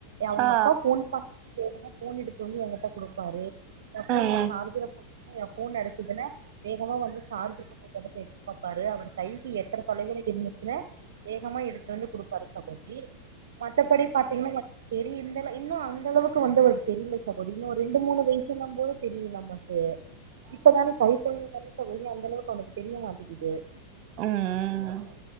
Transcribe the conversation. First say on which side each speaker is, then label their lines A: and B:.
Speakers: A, on the right (about 60°); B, on the right (about 40°).
A: அவுங்க
B: ஆ
A: அப்பா போன் பண்ணா வேகமா போன் எடுத்து வந்து என்கிட்ட குடுப்பாரு என் போன்
B: ம்
A: நா சார்ஜர போட் என் போன் அடிச்சிதுன்னா வேகமா வந்து சார்ஜ் போட்டு இருக்கறது எடுத்து பாப்பாரு அவர் கைக்கு எட்டற தொலைவுல இருந்துச்சின்னா வேகமா எடுத்துட்டு வந்து குடுப்பாரு சகோதரி மத்தபடி பாத்தீங்கன்னா தெரிய இந்தள இன்னு அந்த அளவுக்கு வந்த அவுருக் தெரியல சகோதரி இன்னு ஒரு ரெண்டு மூணு வயசுன்னும்போது தெரியும் நமக்கு இப்பதானே கை கழந்தை தானே சகோதரி அந்த அளவுக்கு அவனுக்கு தெரிய மாட்டேங்கிது
B: ம் ம்